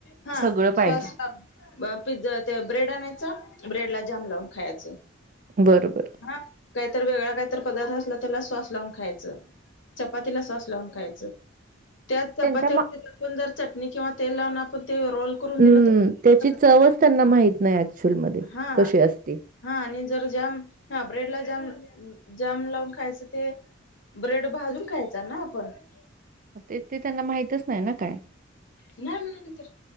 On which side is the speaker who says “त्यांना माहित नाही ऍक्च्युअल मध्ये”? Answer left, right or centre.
Right